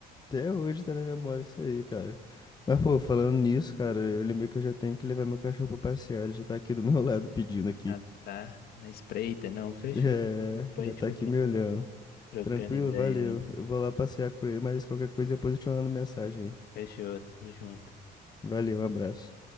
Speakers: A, on the left; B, on the left.
A: Até hoje tá na memória isso aí, cara. Mas, pô, falando nisso, cara, eu lembrei que eu já tenho que levar meu cachorro pra passear. Ele já tá aqui do meu <laughs> lado pedindo aqui.
B: Ah, tá. Na espreita, não. Fechou.
A: É,
B: Depois
A: já
B: a gente
A: tá
B: continua
A: aqui me olhando.
B: trocando
A: Tranquilo,
B: ideia
A: valeu.
B: aí.
A: Eu vou lá passear com ele, mas qualquer coisa depois eu te mando mensagem aí.
B: Fechou, tamo junto.
A: Valeu, um abraço.